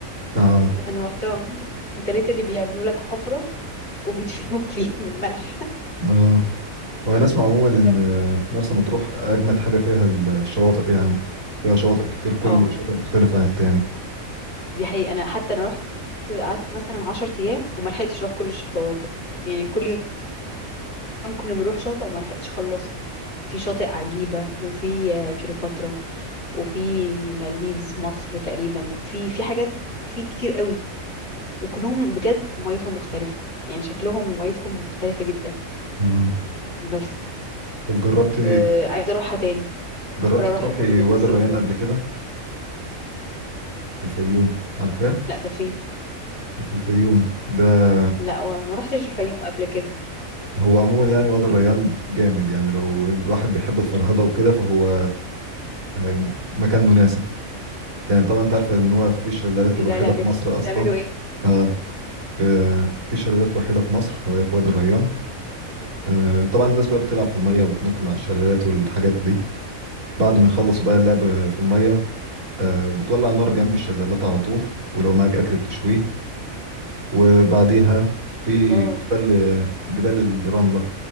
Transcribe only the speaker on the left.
انا رحتها <laughs> انت ليه اللي بيعملوا لك حفرة وبيدفنوك <laughs> فيها من الملح
طب
اه
دي حقيقة انا حتى انا رحت قعدت مثلا 10 ايام وما لحقتش اروح كل الشواطئ يعني كل يوم كنا بنروح شاطئ وما لحقتش اخلصهم في شاطئ عجيبة وفي آه، كليوباترا وفي مالديفز مصر تقريبا في في حاجات في كتير قوي وكلهم بجد ميتهم مختلفة يعني شكلهم وميتهم مختلفة جدا
بس
آه، عايزة اروحها تاني
بفكر اروحها
برضو
في الصيف
ده
لا ده فين
لا وما روحتش الفيوم قبل كده
ده لعبتي
بتعملوا
ايه
مم.
<laughs>
الله